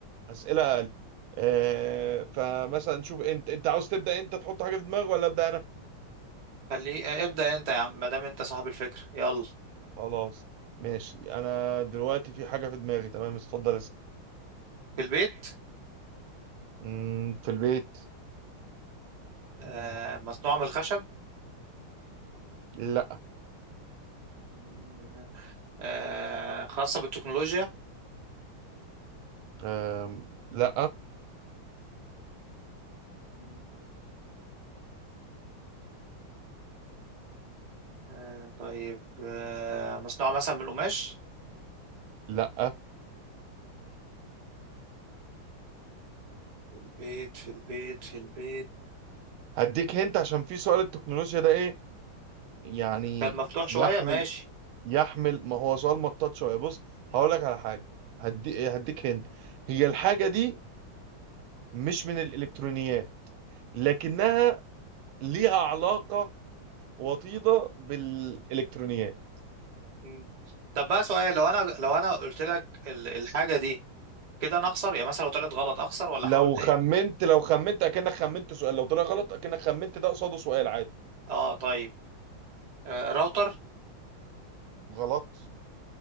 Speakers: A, on the right; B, on the right.
A: اسئله اقل آه فمثلا نشوف انت انت عاوز تبدا انت تحط حاجه في دماغك ولا ابدا انا
B: خليه آه، ابدأ انت يا عم ما دام انت صاحب الفكرة يلا
A: خلاص ماشي انا دلوقتي في حاجه في دماغي تمام اتفضل اسال
B: في البيت
A: مم، في البيت
B: آه مصنوع من الخشب
A: لا
B: مم، آه خاصة بالتكنولوجيا
A: آم، لا
B: مم، آه طيب آه مصنوعة مثلا من القماش
A: لا
B: في البيت في البيت في البيت
A: هديك هنت عشان في سؤال التكنولوجيا ده ايه يعني
B: كان مفتوح شوية
A: يحمل
B: ماشي
A: يحمل ما هو سؤال مطاط شويه بص
B: مم.
A: هقول لك على حاجه هدي هديك هنت هي الحاجه دي مش من الالكترونيات لكنها ليها علاقه وطيده بالالكترونيات
B: مم. طب بقى سؤال لو انا لو انا قلت لك ال- الحاجة دي كده انا اخسر يعني مثلا لو طلعت غلط اخسر ولا
A: لو
B: احاول تاني
A: خمنت لو خمنت اكنك خمنت سؤال لو طلع غلط اكنك خمنت ده قصاده سؤال عادي
B: اه طيب آه راوتر
A: غلط